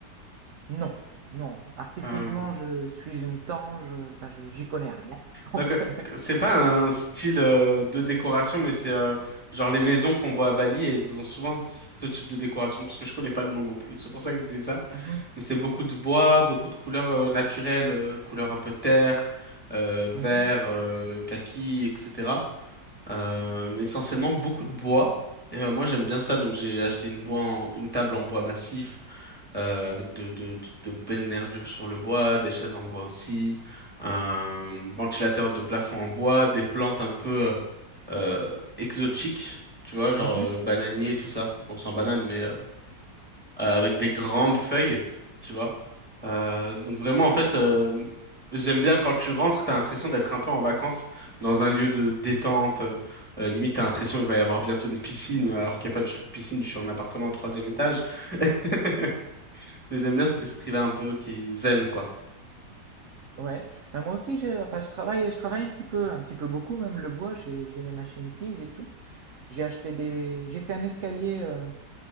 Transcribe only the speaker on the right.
Non, non. Artistiquement,
je suis une tange, enfin, je- j'y connais rien. <laughs> Donc,
euh,
Mhm.
Mmh mh.
<laughs>
Ouais. Bah, moi aussi je enfin je travaille je travaille un petit peu un petit peu beaucoup même le bois, j'ai j'ai les machines-outils, j'ai tout. J'ai acheté des j'ai fait un escalier, heu,